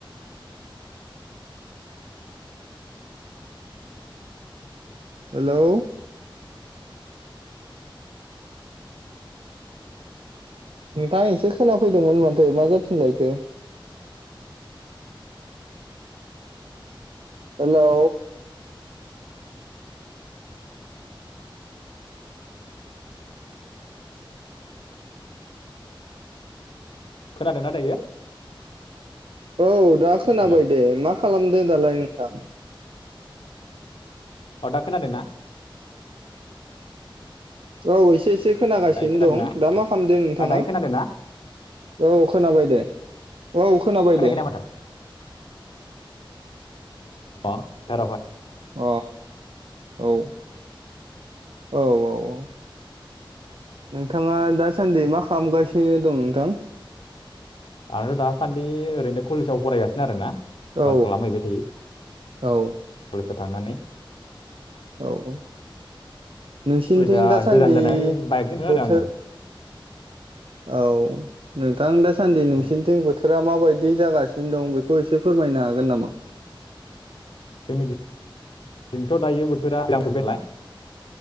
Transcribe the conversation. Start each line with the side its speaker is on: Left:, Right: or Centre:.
Right: हेलौ नोंथां एसे खोनाफैदोंमोन माथो मा जाफिनलायखो? हेलौ
Left: खोनादोना दायो।
Right: औ दा खोनाबाय
Left: हेलौ
Right: दे मा खालामदो दालाय नोंथां?
Left: अ दा खोनादों ना?
Right: औ एसे एसे खोनागासिनो
Left: दायो खोनादोंना
Right: दं दा मा खालामदो नोंथाङा?
Left: दायो खोनादोंना
Right: औ खोनाबाय दे औ खोनाबाय
Left: खोनायाखै
Right: दे
Left: नामाथाय <unintelligible> अ दाराफाय
Right: अ औ औ औ नोंथाङा दासान्दै मा खामगासिनो दं नोंथां?
Left: आंथ' दा सान्दि ओरैनो कलेजाव फरायगासिनो आरोना।
Right: औ
Left: क्लास खालामहैबाय थायो
Right: औ
Left: कलेजाव थांनानै।
Right: औ औ नोंसिनिथिं
Left: कलेजा
Right: दासान्दि
Left: गोजान जानाय बाइकजों थाङो
Right: बोथोर
Left: आरो आङो
Right: औ नोंथां दा सान्दि नोंसिनिथिं
Left: ओ,
Right: बोथो रा माबायदि जागासिनो दं बेखौ एसे फोरमायनो हागोन नामा?
Left: <unintelligible> जोंनिथिं दायो बोथोरा <unintelligible>